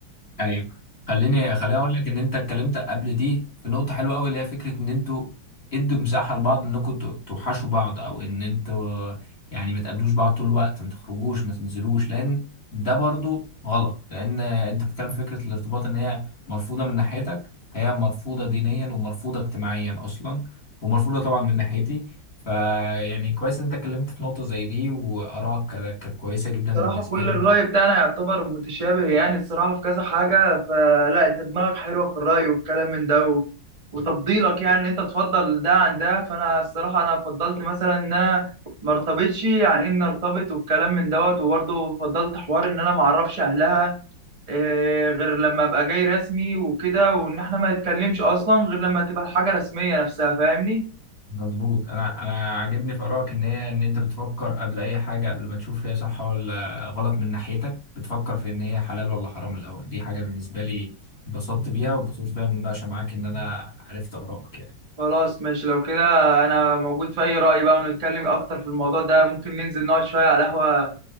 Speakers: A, on the left; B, on the right.
A: ايوه خليني خليني اقول لك ان انت اتكلمت قبل دي في نقطه حلوه قوي اللي هي فكره ان انتوا ادوا مساحه لبعض انكم ت- توحشوا بعض او ان انتوا يعني ما تقابلوش بعض طول الوقت ما تخرجوش ما تنزلوش لان ده برضو غلط لان انت بتتكلم في فكره الارتباط ان هي مرفوضه من ناحيتك فهي مرفوضه دينيا ومرفوضه اجتماعيا اصلا ومرفوضه طبعا من ناحيتي فيعني كويس ان انت اتكلمت في نقطه زي دي وارائك كانت كانت كويسه جدا
B: صراحة
A: بالنسبه
B: كل
A: لي
B: الرأي بتاعنا يعتبر متشابه يعني الصراحة في كذا حاجة فلا أنت دماغك حلوة في الرأي والكلام من ده و... وتفضيلك يعني إن أنت تفضل ده عن ده فأنا الصراحة أنا فضلت مثلا إن أنا ما ارتبطش يعني إن ارتبط والكلام من دوت وبرضه فضلت حوار إن أنا ما أعرفش أهلها إيه، غير لما أبقى جاي رسمي وكده وإن إحنا ما نتكلمش أصلا غير لما تبقى الحاجة رسمية نفسها فاهمني؟
A: مظبوط انا انا عاجبني في ارائك ان هي ان انت بتفكر قبل اي حاجه قبل ما تشوف هي صح ولا غلط من ناحيتك بتفكر في ان هي حلال ولا حرام الاول دي حاجه بالنسبه لي اتبسطت بيها واتبسطت بيها من المناقشه معاك ان انا عرفت ارائك يعني
B: خلاص ماشي لو كده انا موجود في اي رأي بقى ونتكلم اكتر في الموضوع ده ممكن ننزل نقعد شوية على قهوة